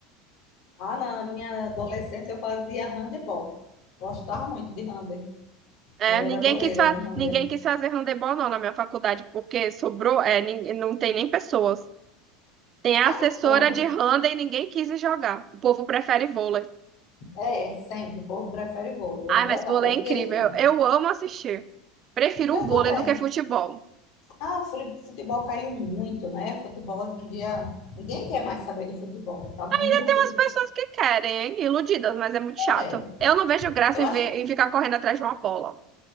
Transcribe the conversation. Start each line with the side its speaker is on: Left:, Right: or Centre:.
Left: Ah, na minha adolescência eu fazia handebol. Gostava muito de handebol.
Right: É,
Left: Eu era
Right: ninguém
Left: goleira
Right: quis, fa-
Left: de handebol.
Right: ninguém quis fazer handebol, não, na minha faculdade, porque sobrou, é, nin- não tem nem pessoas. Tem a
Left: Ah,
Right: assessora
Left: pronto.
Right: de Handa e ninguém quis jogar. O povo prefere vôlei.
Left: É, sempre. O povo prefere vôlei. É
Right: Ai, mas
Left: verdade.
Right: vôlei
Left: É o
Right: é incrível.
Left: queridinho.
Right: Eu, eu amo assistir. Prefiro
Left: Eu
Right: o vôlei
Left: também.
Right: do que futebol.
Left: Ah, o fule- futebol caiu muito, né? Futebol hoje em dia. Ninguém quer mais saber de futebol. Tá muito
Right: E tem umas
Left: difícil.
Right: pessoas que querem, hein? Iludidas, mas é muito chato.
Left: É,
Right: Eu não vejo graça
Left: eu
Right: em,
Left: acho,
Right: ver, em ficar correndo atrás de uma bola.